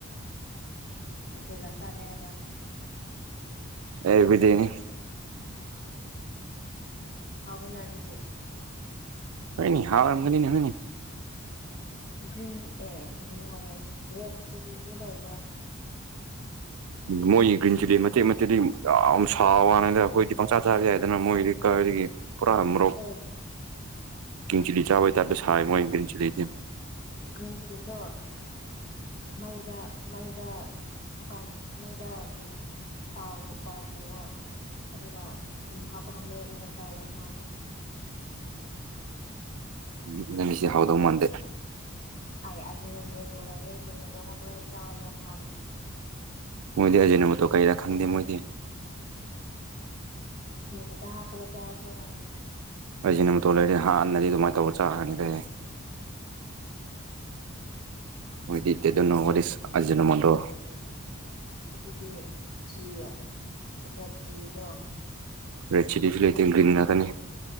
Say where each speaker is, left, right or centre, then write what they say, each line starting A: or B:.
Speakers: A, on the left; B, on the right.
A: ꯅꯌꯨꯇ꯭ꯔꯦꯜꯂꯥ ꯆꯥꯒꯦ ꯍꯥꯏꯕ꯭ꯔꯥ
B: ꯑꯦꯕꯤꯗꯤꯅꯤ
A: ꯍꯥꯎꯕ ꯅ ꯑꯗꯨꯗꯤ
B: ꯀꯅꯤ ꯍꯥꯔꯒꯅꯤꯅꯤ
A: ꯒ꯭ꯔꯤꯟ ꯑꯦ ꯑꯗꯨꯝ ꯉꯥꯏꯌꯦ ꯔꯦꯠ ꯆꯤꯂꯤꯗꯨꯣ ꯂꯩꯕ꯭ꯔꯥ
B: ꯎ ꯃꯣꯏꯒꯤ ꯒ꯭ꯔꯤꯟ ꯆꯤꯂꯤ ꯃꯇꯆꯦꯛꯠ ꯃꯇꯦꯛꯗꯤ ꯌꯥꯝ ꯁꯥ ꯋꯥꯅꯤꯗ ꯑꯩꯈꯣꯏꯗꯤ ꯄꯪꯆꯥ ꯆꯥꯕ ꯌꯥꯏꯗꯅ ꯃꯣꯏꯗꯤ ꯑꯣꯏꯗꯒꯤ ꯄꯨꯔꯥ ꯃꯣꯔꯣꯛ
A: ꯑꯦ
B: ꯆꯤꯂꯤ ꯆꯥꯕꯩ ꯇꯥꯕꯦ ꯁꯥꯏ ꯃꯣꯏ ꯒ꯭ꯔꯤ ꯆꯤꯂꯤꯁ
A: ꯒ꯭ꯔꯤꯟ ꯆꯤꯂꯤꯗꯣ ꯃꯩꯗ ꯃꯩꯗ ꯕꯥꯔꯟ ꯃꯩꯗ ꯀꯩꯅꯣ ꯇꯥꯎ ꯕꯥꯔꯟꯗꯋꯣ ꯑꯗꯨꯒ ꯊꯨꯝ ꯍꯥꯞꯄꯒ ꯃꯦꯠꯂꯒ ꯆꯥꯎ ꯌꯥꯝ ꯍꯥꯞꯅꯩ
B: ꯎꯝ ꯅꯪꯃꯤꯁꯤ ꯍꯥꯎꯗꯧ ꯃꯥꯟꯗꯦ
A: ꯑꯩꯥꯏ ꯑꯖꯤꯡꯕꯣꯝꯗ ꯇꯨ ꯂꯩꯔꯦ ꯑꯖꯤꯅ ꯇꯣꯡꯉꯛꯄꯗ ꯆꯥꯎꯔ ꯌꯥꯝ ꯍꯥꯎꯃꯦ
B: ꯃꯣꯏꯗꯤ ꯑꯖꯤꯅꯕꯇꯣ ꯀꯔꯤꯗ ꯈꯪꯗꯦ ꯃꯣꯏꯗꯤ
A: ꯊꯨꯝ ꯈꯛꯇ ꯍꯥꯞꯄꯒ ꯆꯥꯔꯁꯨ ꯍꯥꯎꯅꯤ
B: ꯐ ꯑꯃꯣ ꯂꯩꯔꯗꯤ ꯍꯥꯟꯅꯗꯤ ꯑꯗꯨꯃꯥꯏꯅ ꯇꯧꯔ ꯆꯥꯔꯅꯤꯗ ꯑꯣꯏꯣꯏꯗꯤꯠꯇꯦ ꯑꯗꯨꯅꯣ ꯋꯥꯔꯤ ꯑꯖꯅ ꯃꯗꯣ
A: ꯑꯩꯄꯤꯒꯤ ꯆ ꯔꯦꯠ ꯆꯜꯂꯤꯗ
B: ꯔꯦꯠ ꯁꯤꯗꯤꯁꯤ ꯂꯩꯇ ꯭ꯔꯤꯟ ꯅꯅꯥꯀꯅꯤ